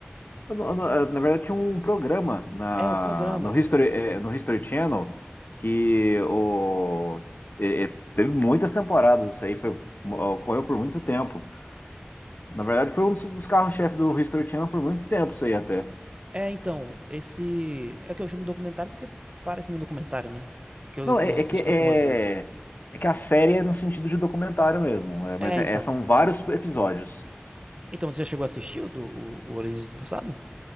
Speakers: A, on the left; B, on the right.
A: Eu não- eu não- eu, Na verdade, tinha um programa na,
B: É um programa.
A: no History, eh, no History Channel que o, eh, eh, teve muitas temporadas. Isso aí foi, ocorreu por muito tempo. Na verdade, foi um dos, dos carros-chefe do History Channel por muito tempo, isso aí até.
B: É, então, esse é que eu chamo de documentário porque parece-me um documentário, né? Que eu
A: Não, é,
B: eu assisto
A: é que, é,
B: algumas vezes.
A: é que a série é no sentido de documentário mesmo, é,
B: É,
A: mas é-
B: então.
A: é- são vários episódios.
B: Então, você já chegou a assistir o do o, o Alienígenas do Passado?